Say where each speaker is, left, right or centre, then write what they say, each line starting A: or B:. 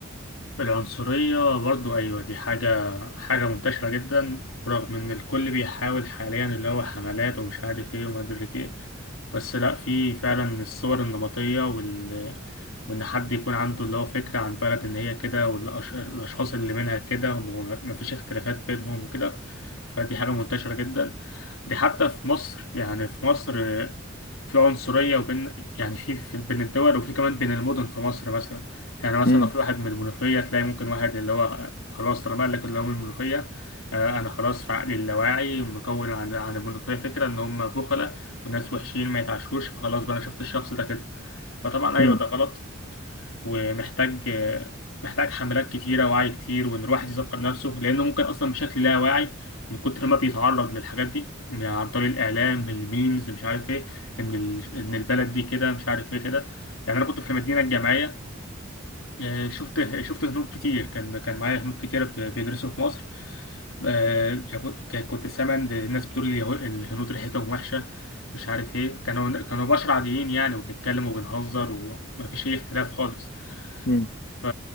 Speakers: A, on the left; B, on the left.
A: العنصرية برضه أيوة دي حاجة حاجة منتشرة جدا رغم إن الكل بيحاول حاليا اللي هو حملات ومش عارف إيه وما أدري إيه بس لأ في فعلا الصور النمطية وال... وإن حد يكون عنده اللي هو فكرة عن بلد إن هي كده والأشخاص اللي منها كده وما فيش اختلافات بينهم وكده فدي حاجة منتشرة جدا دي حتى في مصر يعني في مصر في عنصرية وبين يعني في في- بين الدول وفي كمان بين المدن في مصر مثلا يعني مثلا
B: مم.
A: لو في واحد من المنوفية تلاقي ممكن واحد اللي هو خلاص طالما قال لك اللي هو من المنوفية آه، أنا خلاص في عقلي اللاواعي مكون عن عن المنوفية فكرة إن هم بخلة وناس وحشين ما يتعشروش فخلاص بقى أنا شفت الشخص ده كده فطبعا أيوه
B: مم.
A: ده غلط ومحتاج محتاج حملات كتيرة وعي كتير وإن الواحد يذكر نفسه لأنه ممكن أصلا بشكل لا واعي من كتر ما بيتعرض للحاجات دي عن طريق الإعلام بالميمز مش عارف إيه إن ال- إن البلد دي كده مش عارف إيه كده يعني أنا كنت في المدينة الجامعية آه، شفت شفت هنود كتير كان كان معايا هنود كتيرة ب- بيدرسوا في مصر آه، ك- كنت سامع إن الناس بتقول لي هو- الهنود ريحتهم وحشة مش عارف إيه كانوا كانوا بشر عاديين يعني وبنتكلم وبنهزر ومفيش أي اختلاف خالص
B: مم.
A: ف-